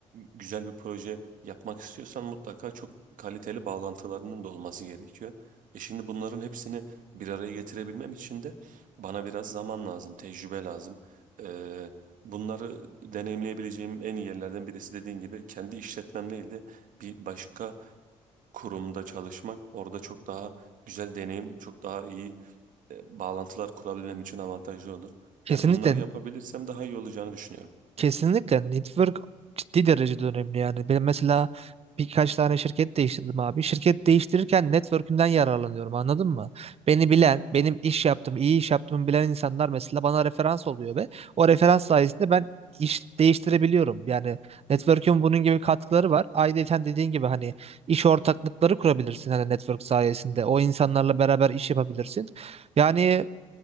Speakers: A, on the right; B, on the right.
A: güzel bir proje yapmak istiyorsan mutlaka çok kaliteli bağlantılarının da olması gerekiyor. E şimdi bunların hepsini bir araya getirebilmem için de bana biraz zaman lazım, tecrübe lazım. Ee, bunları deneyimleyebileceğim en iyi yerlerden birisi dediğin gibi kendi işletmem değil de bir başka kurumda çalışmak, orada çok daha güzel deneyim, çok daha iyi e, bağlantılar kurabilmem için avantajlı olur.
B: Kesinlikle
A: Yani bunları yapabilirsem daha iyi olacağını düşünüyorum.
B: Kesinlikle network ciddi derecede önemli yani. Ben mesela birkaç tane şirket değiştirdim abi. Şirket değiştirirken network'ümden yararlanıyorum anladın mı? Beni bilen, benim iş yaptığım, iyi iş yaptığımı bilen insanlar mesela bana referans oluyor ve o referans sayesinde ben iş değiştirebiliyorum. Yani network'ün bunun gibi katkıları var. Ayrıca dediğin gibi hani iş ortaklıkları kurabilirsin hani network sayesinde. O insanlarla beraber iş yapabilirsin. Yani